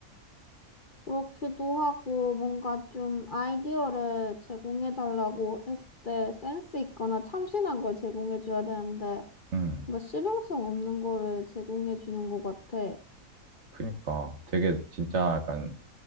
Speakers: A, on the left (about 40°); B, on the right (about 50°).
A: 그렇기도 하고, 뭔가 좀 아이디어를 제공해달라고 했을 때 센스 있거나 참신한 걸 제공해줘야 되는데,
B: 음.
A: 뭔가 실용성 없는 거를 제공해 주는 것 같아.
B: 그니까 되게 진짜 약간